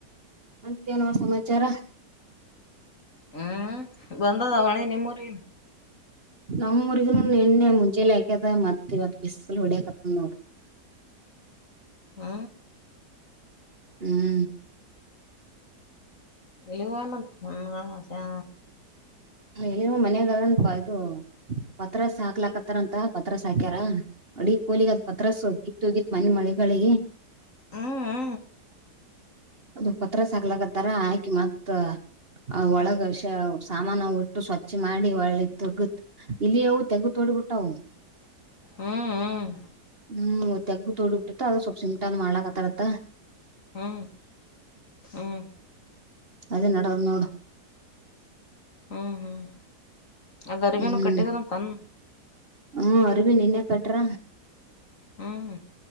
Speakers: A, on the right; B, on the left.
A: ಅಂತೇನೋ ಸಮಾಚಾರ.
B: ಹ್ಮ್ ಬಂದದಾವಣಿ ನಿಮ್ಮೂರಿನ್.
A: ನಮೂರಿಗ ಎಣ್ಣೆ ಮುಂಜೆಲಿ ಆಾಕದ ಮತ್ತ ಇವತ್ತು ಬಿಸ್ಲ್ ಹೊಡಿಯಕತ್ತ ನೋಡ್ರಿ.
B: ಹಾ.
A: ಹ್ಮ್.
B: ಎಳವಾನ ಸಣಸೆ.
A: ಹ ಎಲ್ಲಿ ಮನ್ಯಾಗಲ್ಲ ಉಂಟುಯದು. ಪತ್ರ ಸಾಾಕ್ಲಾಕ್ತ್ತಾರಂತ ಪತ್ರಸ್ ಸಾಾಕ್ಯಾರ. ಅಡಿ ಕೋಲಿಗ ಅ ಪತ್ರ ಸವಲ್ ಕಿತ್ತು ಹೋಗಿತ್ ಮನೆ ಮಳೆಗಳಿಗೆ
B: ಹಾ ಹಾ
A: ಅದು ಪತ್ರ ಸಾಕ್ಲಕತ್ತಾರ ಆಕಿ ಮತ್ತ ಆ
B: ಹ್ಮ್
A: ಒಳಗಷ
B: ಹ್ಮ್
A: ಸಾಮಾನ ಬಿಟ್ಟು ಸ್ವಚ್ಛ ಮಾಡಿ ಒಳ್ಳಿ ತೆಗತ್ ಇಲ್ಲಿ ಅವು ತೆಗತ್ ಹೊಡ್ಬಿಟ್ಟಾವ
B: ಹ್ಮ್ ಹ್ಮ್
A: ಹ್ಮ್ ತೆಗ್ಗು ತೊಳಿಬ ಬಿಟ್ಟಿತ್ತ ಅದದು ಸ್ವಲ್ಪ್ ಸಿಮಟಾ ಮಾಡ್ಲಕತಾರತ್ತ
B: ಹ್ಮ್ ಹ್ಮ್
A: ಅದ ನ ನೋಡ
B: ಹ್ಮ್ ಹ್ಮ್ ಅದ ಅರಿಮೇನು
A: ಹ್ಮ್
B: ಕಟ್ಟಿದ್ರಂತನ್
A: ಹ್ಮ್ ಅರವಿಂದ್ ಇನ್ನ ಕಟ್ರ
B: ಹ್ಮ್